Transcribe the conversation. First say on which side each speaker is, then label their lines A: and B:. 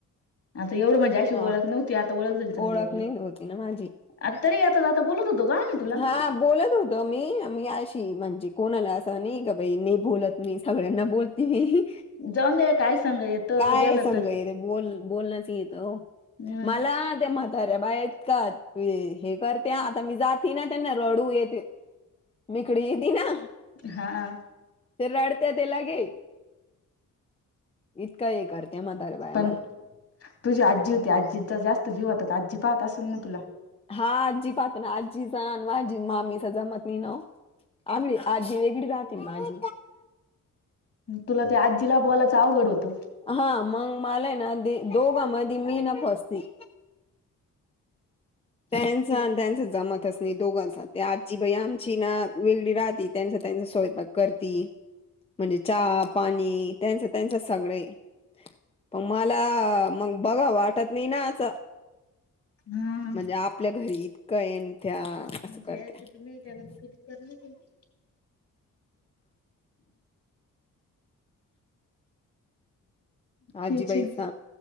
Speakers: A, on the left; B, on the left.
A: आता एवढं मज... ज्याशी ओळख
B: हा
A: नव्हती आता ओळख झाली चांगली
B: ओळख
A: आपली
B: नाही होती ना माझी
A: आता तरी आता आता बोलत होतो का? तुला
B: हा बोलत होत मी मी अशी म्हणजे कोणा आला? नाही ग बाई नाही बोलत मी सगळ्यांना बोलते मी....
A: जाऊन दे काय सांग येत
B: काय
A: गेलं
B: सगे
A: तर
B: बोल बोलण्यास येतं
A: मग
B: मला ते... अरे बा ऐतका हे करते आता मी जात... ना त्यांना रडू ये ते मोकळी ती ना....
A: हा....
B: ते रडत्या त्याला घे इतका हे करते मदारे बाय
A: पण
B: मला
A: तुझी आजी होती आजी जास्त जीवातात आजी पाहत असेल ना तुला
B: हा आजी पाहतो ना आजीचा आजी मामीचा जमत नाही न आ आजी व गिड दातन माज
A: तुला ते आजीला बॉलायचं अवघड होतं
B: हा मग मलाय ना दोघां म मी ना फसते नस
A: ते
B: त्यांनस म दोघं ते आजीई आमची ना वेली राह त्यांचा त्यांचा स्वयक करती म्हणजे चहा पाणी त्यांच त्यांच सगळे प मला मग बघा वाटत नाही ना असं
A: हा
B: म्हणजे आपल्या घरी इतकं येन त्या
A: जय
B: असं करत्या
A: चक्र मे त्याला तुखी दित नाही क
B: आजीबाईचा
A: तेच आहे